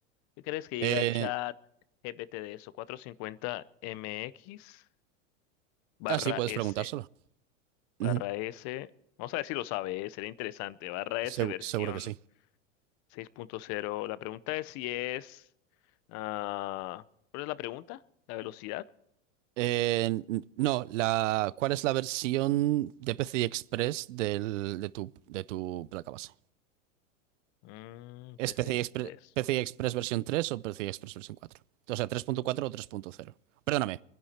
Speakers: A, on the left; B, on the right.
A: ¿Qué crees que diga
B: Eh,
A: chat GPT de eso? 450mx barra
B: ah, sí, puedes
A: S,
B: preguntárselo.
A: barra
B: Ujú,
A: S. Vamos a ver si lo sabe, ¿eh? Sería interesante. Barra
B: segu-
A: S versión
B: seguro que sí.
A: seis punto cero. La pregunta es si es... ah, ¿cuál es la pregunta? ¿La velocidad?
B: Eh, no, la, ¿cuál es la versión de PCI Express del- de tu, de tu placa base?
A: Mm,
B: ¿Es
A: PCI
B: PCI Express,
A: Express.
B: PCI Express versión 3 o PCI Express versión cuatro. O sea, tres punto 4 o tres punto cero. Perdóname,